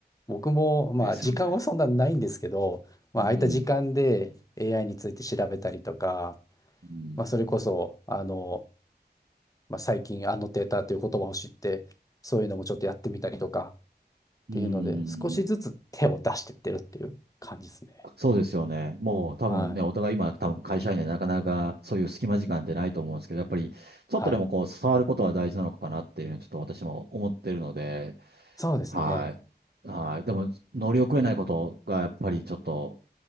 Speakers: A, on the left; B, on the right.
A: 僕も、まあ、
B: ですよね。
A: 時間はそんなないんですけど、まあ、
B: うん。
A: 空いた時間で AI について調べたりとか、
B: うん。
A: まあ、それこそ、あの、まあ、最近、アノテーターという言葉を知って、そういうのもちょっとやってみたりとかっていうので、
B: うん。う
A: 少しずつ手を出してってるっていう感じですね。
B: ん。そうですよね。もう多分ね、
A: はい。
B: お互い今多分会社員でなかなかそういう隙間時間ってないと思うんですけど、やっぱりちょっとでもこう触ることは大事なのかなっていうのはちょっと私も思ってるので、
A: はい。そうですね。
B: はい。はい。でも乗り遅れないことがやっぱりちょっと、